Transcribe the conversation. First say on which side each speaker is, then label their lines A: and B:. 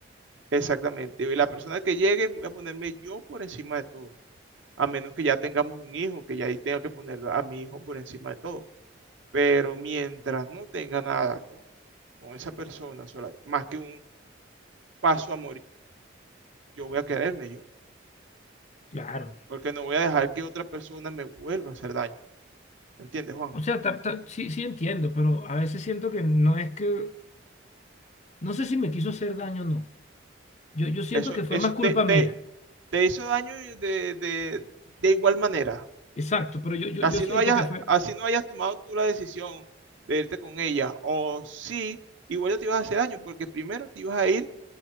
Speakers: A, on the right (about 80°); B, on the left (about 35°).
A: exactamente, y la persona que llegue voy a ponerme yo por encima de todo. A menos que ya tengamos un hijo, que ya ahí tenga que poner a mi hijo por encima de todo. Pero mientras no tenga nada con, con esa persona sola, más que un paso a yo voy a quererme yo,
B: claro.
A: porque no voy a dejar que otra persona me vuelva a hacer daño. ¿Me entiendes, Juan?
B: O sea, ta- ta- sí, sí entiendo, pero a veces siento que no es que, no sé si me quiso hacer daño o no. Yo, yo siento
A: Eso,
B: que fue
A: eso
B: más culpa
A: te,
B: mía.
A: te- te hizo daño y de, de- de igual manera.
B: Exacto, pero yo, yo,
A: Así
B: yo siento
A: no hayas,
B: que fue.
A: así no hayas tomado tú la decisión de irte con ella, o sí, igual ya te ibas a hacer daño, porque primero te ibas a ir